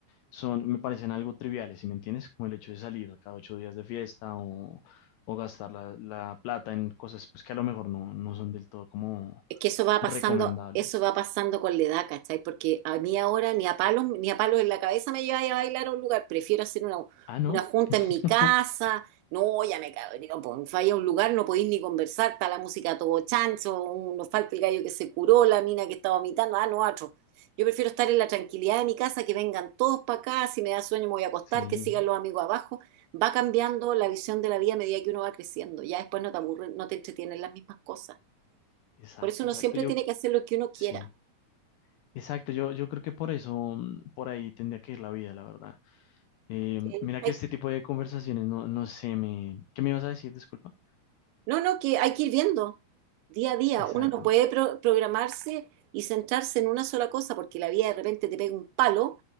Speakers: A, on the left; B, on the right.
A: son, me parecen algo triviales, ¿sí me entiendes? Como el hecho de salir cada ocho días de fiesta o, o gastar la, la plata en cosas pues, que a lo mejor no, no son del todo como
B: Es que eso va pasando,
A: recomendables.
B: eso va pasando con la edad, ¿cachai? Porque a mí ahora ni a palos, ni a palos en la cabeza me lleva a bailar a un lugar. Prefiero hacer una,
A: Ah, ¿no?
B: una junta
A: <laughs>
B: en mi casa. No, ya me cabreo, pues falla a un lugar, no podéis ni conversar, está la música a todo chancho, un- nos falta el gallo que se curó, la mina que está vomitando, ah, no, otro. Yo prefiero estar en la tranquilidad de mi casa, que vengan todos para acá, si me da sueño me voy a acostar,
A: Sí,
B: que sigan los amigos abajo. Va cambiando la visión de la vida a medida que uno va creciendo. Ya después no te aburre, no te entretienen las mismas cosas.
A: exacto,
B: Por eso uno
A: exacto.
B: siempre
A: Yo,
B: tiene que hacer lo que uno quiera.
A: sí. Exacto, yo, yo creo que por eso, mm, por ahí tendría que ir la vida, la verdad. Eh,
B: Sí.
A: mira
B: Hay-
A: que este tipo de conversaciones, no, no sé, me... ¿Qué me ibas a decir? Disculpa.
B: no, no, que hay que ir viendo día a día.
A: Exacto,
B: Uno no puede pro- programarse y centrarse en una sola cosa porque la vida de repente te pega un palo